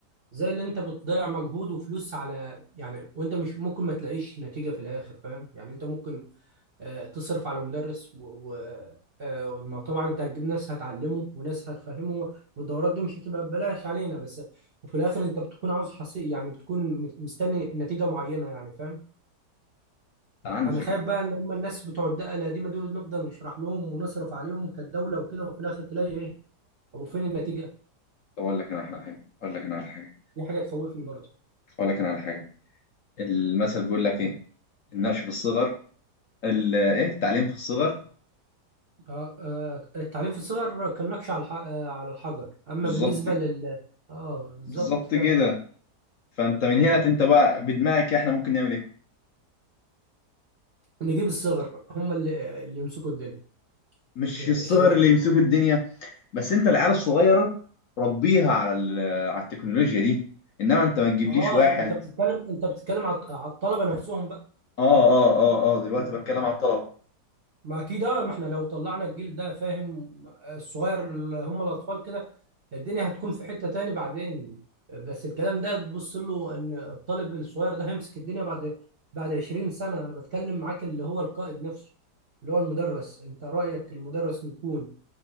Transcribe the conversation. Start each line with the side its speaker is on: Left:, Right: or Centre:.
Right: زي اللي انت بتضيع مجهود وفلوس على يعني وانت مش ممكن ما تلاقيش نتيجه في الاخر فاهم يعني انت ممكن آه، تصرف على مدرس و... و... آه، ما طبعا انت هتجيب ناس هتعلمه وناس هتفهمه والدورات دي مش هتبقى ببلاش علينا بس وفي الاخر انت بتكون عاوز حصي يعني بتكون مت- مستني نتيجة معينة يعني فاهم
Left: انا عندي
Right: انا
Left: فكره
Right: خايف بقى ان هم الناس بتوع الدقة القديمة دول نفضل نشرح لهم ونصرف عليهم كدولة وكده وفي الاخر تلاقي ايه او فين النتيجة
Left: طب اقول لك انا احلى حاجه اقول لك انا على حاجه
Right: دي حاجة تخوفني برضه
Left: اقول لك انا على حاجه المثل بيقول لك ايه النقش في الصغر ال ايه التعليم في الصغر
Right: آه، آه، التعليم في الصغر كان نقش على الح- آه، على الحجر اما
Left: بالظبط
Right: بالنسبة لل اه بالظبط
Left: بالظبط
Right: فعلا
Left: كده فانت من هنا انت بقى بدماغك احنا ممكن نعمل ايه
Right: نجيب الصغر هم اللي اللي يمسكوا الدنيا
Left: مش
Right: الشباب
Left: الصغر اللي يمسكوا الدنيا بس انت العيال الصغيره ربيها على ال- على التكنولوجيا دي انما انت ما تجيبليش
Right: اه
Left: واحد
Right: انت بتتكلم انت بتتكلم على على الطلبه نفسهم بقى
Left: اه اه اه اه دلوقتي
Right: لا
Left: بتكلم على الطلبه
Right: ما اكيد آه، ما احنا لو طلعنا الجيل ده فاهم الصغير اللي هم الاطفال كده الدنيا هتكون في حته تاني بعدين بس الكلام ده تبص له ان الطالب الصغير ده هيمسك الدنيا بعد بعد 20 سنه انا بتكلم معاك اللي هو القائد نفسه اللي هو المدرس انت رايك المدرس يكون